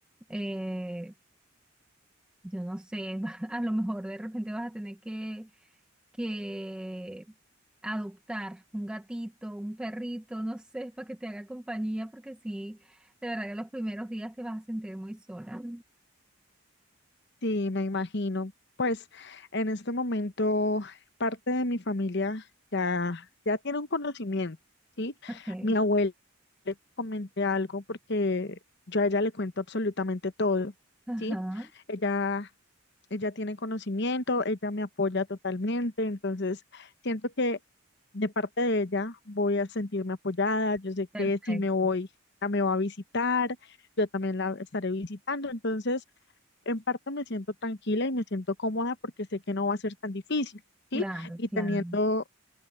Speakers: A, in the centre; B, on the left.
A: eh, yo no sé, <laughs> a lo mejor de repente vas a tener que, que adoptar un gatito, un perrito, no sé, para que te haga compañía, porque sí, de verdad que los primeros días te vas a sentir muy sola.
B: Sí, me imagino. Pues en este momento parte de mi familia ya, ya tiene un conocimiento, ¿sí?
A: Ok,
B: Mi abuela le comenté algo porque yo a ella le cuento absolutamente todo,
A: ajá,
B: ¿sí? Ella, ella tiene conocimiento, ella me apoya totalmente, entonces siento que de parte de ella voy a sentirme apoyada, yo sé
A: perfecto,
B: que si me voy, ella me va a visitar, yo también la estaré visitando, entonces en parte me siento tranquila y me siento cómoda porque sé que no va a ser tan difícil,
A: claro,
B: ¿sí? Y
A: claro.
B: teniendo,